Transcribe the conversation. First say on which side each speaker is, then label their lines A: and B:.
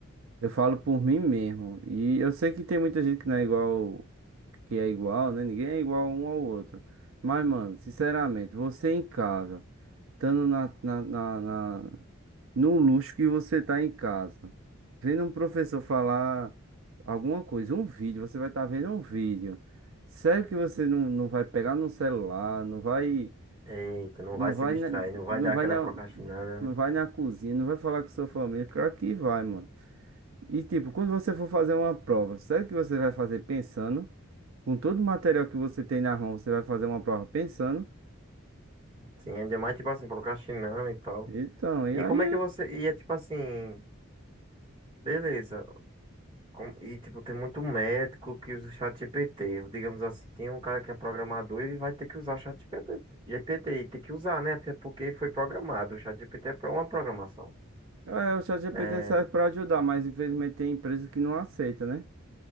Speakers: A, on the right; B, on the right.
A: eu falo por mim mesmo. E eu sei que tem muita gente que não é igual. que é igual, né? Ninguém é igual um ao outro. Mas, mano, sinceramente, você em casa, estando na, na, na, na- no luxo que você tá em casa, vendo um professor falar alguma coisa, um vídeo, você vai estar tá vendo um vídeo. Sério que você não, não vai pegar no celular, não vai,
B: Eita, não
A: não
B: vai se
A: vai,
B: distrair,
A: na,
B: não vai
A: não
B: dar
A: vai
B: aquela
A: na,
B: procrastinada.
A: não
B: né?
A: vai na cozinha, não vai falar com sua família, claro que vai, mano. E tipo, quando você for fazer uma prova, sério que você vai fazer pensando? Com todo o material que você tem na mão, você vai fazer uma prova pensando.
B: Sim, ainda mais, tipo assim, procrastinando e tal.
A: Então, e
B: E
A: aí,
B: como é que você. E é tipo assim, beleza. com- E tipo, tem muito médico que usa o chat G P T Digamos assim, tem um cara que é programador e vai ter que usar o chat GPT. GPT, e tem que usar, né? Até porque foi programado. O chat G GPT é pra uma programação.
A: é, o ChatGPT
B: É,
A: serve
B: tipo,
A: para ajudar, mas infelizmente tem empresas que não aceitam, né?